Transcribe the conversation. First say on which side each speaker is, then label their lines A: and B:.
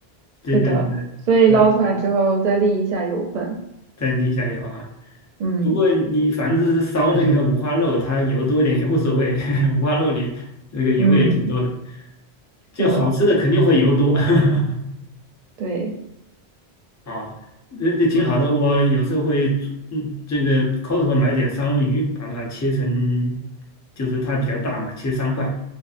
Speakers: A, on the left; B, on the right.
A: 这个
B: 是的，所以捞出来之后再沥一下油分。
A: 呃，再捏一下油哈。
B: 嗯
A: 不过你反正是烧那个五花肉，它油多一点也无所谓，<laughs> 五花肉里这个油也挺多的，
B: 嗯，
A: 就好吃的肯定会油多。
B: 是的，
A: <laughs>
B: 对，
A: 啊，这这挺好的。我有时候会做，嗯，这个 Costco 买点三文鱼，把它切成，就是它比较大嘛，切三块，